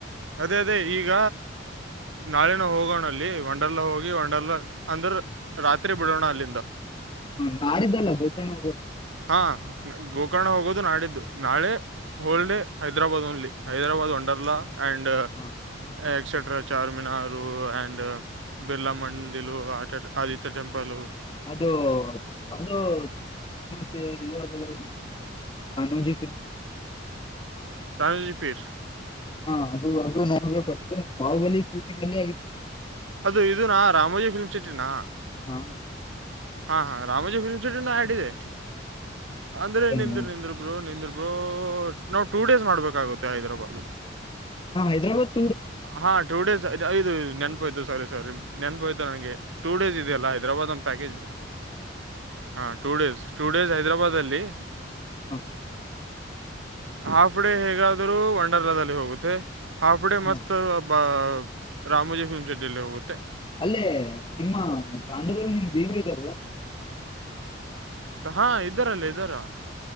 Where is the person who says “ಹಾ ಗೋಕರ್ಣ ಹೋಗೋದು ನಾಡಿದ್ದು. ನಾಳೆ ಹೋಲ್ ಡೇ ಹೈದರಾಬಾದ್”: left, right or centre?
Right